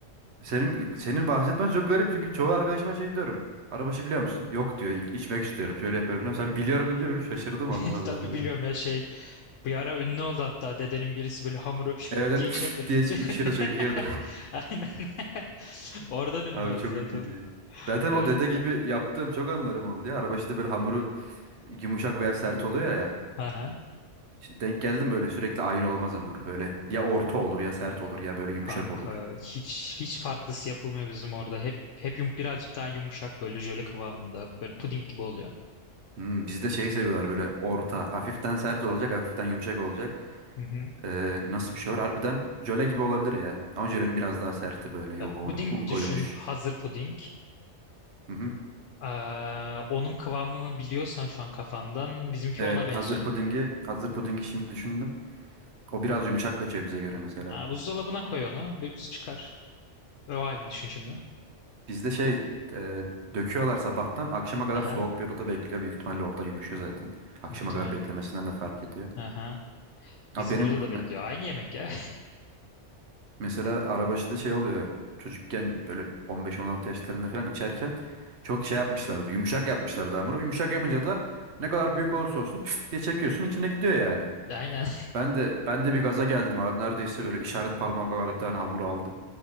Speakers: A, on the right; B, on the left.
A: senin senin bahsetmen çok garip çünkü çoğu arkadaşıma şey diyorum. Arabaşı biliyor musun? Yok diyor. "İ- içmek istiyorum. Şöyle yapıyorum falan. Sen biliyorum deyince böyle şaşırdım
B: <laughs>
A: Allah Allah
B: Tabii
A: dedim.
B: biliyorum ya şey Bir ara ünlü oldu hatta dedenin birisi böyle hamuru şıp
A: Evet evet
B: diye içine
A: <sniffs>
B: böyle.
A: diye iç- içiyor
B: <laughs>
A: çekiyor.
B: Aynen. <laughs> Oradan ünlü
A: Abi
B: oldu
A: çok
B: zaten.
A: ünlüydü ya. Zaten
B: Evet.
A: o dede gibi yaptığım çok anılarım oldu ya. Araba işte böyle hamuru yumuşak veya sert oluyor ya.
B: Aha.
A: Hiç denk geldim böyle sürekli aynı olmaz hamur. Böyle ya orta olur ya sert olur ya böyle yumuşak
B: Kanka
A: olur.
B: hiç hiç farklısı yapılmıyor bizim orada. Hep hep yum- birazcık daha yumuşak böyle jöle kıvamında. Böyle puding gibi oluyor.
A: Hmm, bizde şeyi seviyorlar böyle orta. Hafiften sert olacak hafiften yumuşak olacak.
B: Hı hı.
A: Ee, nasıl bir şey var? Harbiden jöle gibi olabilir ya. Ama jölenin biraz daha serti böyle yoğunu.
B: Ya, puding
A: Un koyulmuş.
B: düşün. Hazır puding.
A: Hı hı.
B: Ee, onun kıvamını biliyorsan şu an kafandan bizimki
A: Evet
B: ona benziyor.
A: hazır pudingi. Hazır pudingi şimdi düşündüm. O biraz
B: Hı hı.
A: yumuşak kaçıyor bize göre mesela.
B: Aa, buzdolabına koy onu. Bir çıkar. O halini düşün şimdi.
A: Bizde şey e, döküyorlar sabahtan akşama kadar
B: Aha.
A: soğuk bir odada bekliyor. Büyük ihtimalle orada yumuşuyor zaten. Akşama
B: Muhtemelen.
A: kadar beklemesinden de fark ediyor.
B: Aha.
A: Abi
B: Bizim
A: benim
B: orada da
A: me-
B: bekliyor. Aynı yemek ya.
A: mesela arabaşıda şey oluyor. Çocukken böyle 15-16 yaşlarında falan içerken çok şey yapmışlardı. Yumuşak yapmışlardı hamuru. Yumuşak yapınca da ne kadar büyük olursa olsun <sniffs> diye çekiyorsun içine gidiyor yani.
B: <laughs> Aynen.
A: Ben de ben de bir gaza geldim abi. Neredeyse böyle işaret parmağım kadar bir tane hamur aldım